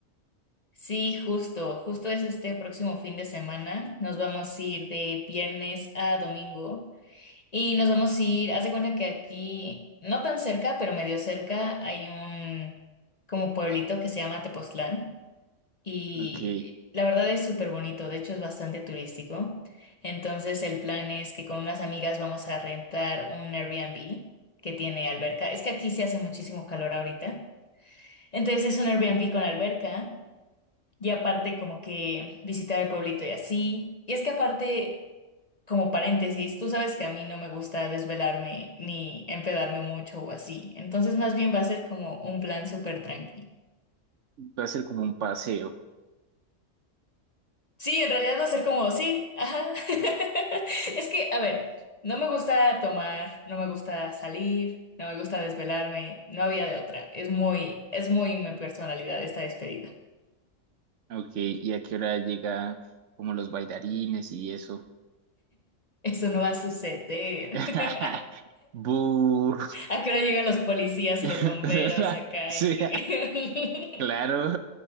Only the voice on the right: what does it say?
Ok,
va a ser como un paseo.
Ok, ¿y a qué hora llega como los bailarines y eso?
<laughs>
¡Bú!
<laughs>
Sí,
claro.